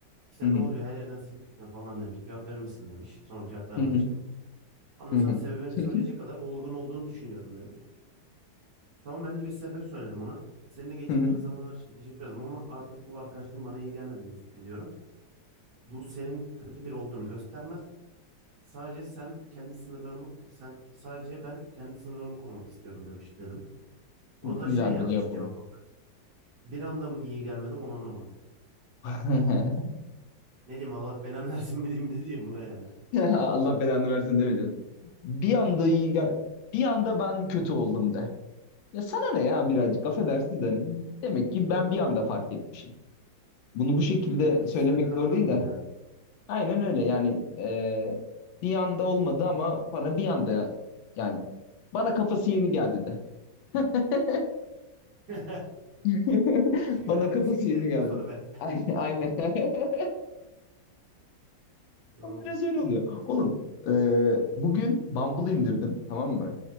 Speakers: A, on the right (about 60°); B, on the left (about 80°).
A: İşte
B: hı hı,
A: ne oluyor her yerden silmek ne falan demiş. Cevap verir misin demiş. Sonra cevap vermemiştim.
B: hı hı,
A: Ondan
B: hı
A: sonra
B: hı,
A: sebebini söyleyecek
B: hı hı.
A: kadar olgun olduğunu düşünüyorum demiş. Tamam ben de bir sebep söyledim ona. Seninle geçirdiğimiz
B: hı hı.
A: zamanlar için teşekkür ederim ama artık bu arkadaşlığın bana iyi gelmediğini hissediyorum. Bu senin kötü biri olduğunu göstermez. Sadece sen kendi sınırlarımı sen sadece ben kendi sınırlarımı korumak istiyorum demiş dedim. O
B: güzel
A: da şey yazmış
B: bir cevap
A: cevap
B: oldu.
A: olarak. Bir anda mı iyi gelmedi onu anlamadım.
B: <laughs>
A: Ne diyeyim Allah belanı <laughs> versin mi diyeyim ne diyeyim buna yani.
B: Allah belanı versin demeyeceğim. Bir anda iyi gel. Bir anda ben kötü oldum de. Ya sana ne ya birazcık affedersin de hani demek ki ben bir anda fark etmişim. Bunu bu şekilde
A: E, Benim kişisel
B: söylemek
A: kararım
B: doğru değil
A: bu yani.
B: Aynen öyle yani e, bir anda olmadı ama bana bir anda yani bana kafası yeni geldi de. <laughs>
A: <laughs>
B: <laughs>
A: Sigara
B: Bana kafası
A: fısfışladıktan
B: yeni geldi.
A: sonra ben.
B: Aynen aynen. <laughs>
A: Hı
B: Ama Biraz öyle oluyor. Oğlum e, bugün Bumble indirdim tamam mı?